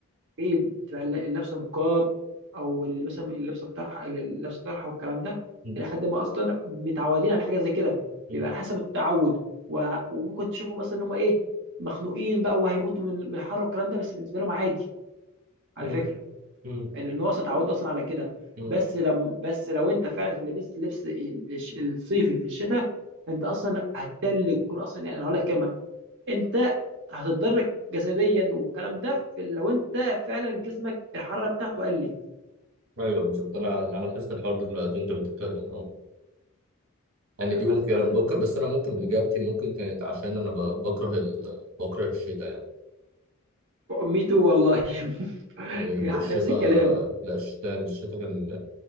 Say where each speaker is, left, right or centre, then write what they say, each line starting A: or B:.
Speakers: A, on the right (about 60°); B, on the right (about 80°).
A: ايه بتبقى الل- اللبسه نقاب او ال- مثلا اللبسه بطرحه اللبسه طرحه والكلام ده
B: م-
A: الى حد ما اصلا متعودين على حاجه زي كده
B: م-
A: بيبقى على حسب التعود و... وممكن تشوفهم مثلا ان هم ايه مخنوقين بقى وهيموتوا من من الحر والكلام ده بس بالنسبه لهم عادي على
B: م-
A: فكره
B: م-
A: لان هو اصلا اتعودنا اصلا على كده
B: م.
A: بس لو بس لو انت فعلا لبست لبس ال- الش- الصيفي في الشتاء انت اصلا هتتلج ممكن اصلا يعني هقول لك كلمه انت هتتضرر جسديا والكلام ده في لو انت فعلا جسمك الحراره بتاعته قلت
B: ايوه بالظبط انا انا لاحظت الحوار ده دلوقتي وانت بتتكلم اه يعني
A: يعني
B: دي ممكن
A: أت- أت-
B: ممكن بس انا ممكن اجابتي ممكن كانت عشان انا ب... بكره ال... بكره الشتاء يعني
A: ميتو والله <laughs>
B: يعني الشتاء
A: نفس الكلام
B: لا الشتاء الشتاء كان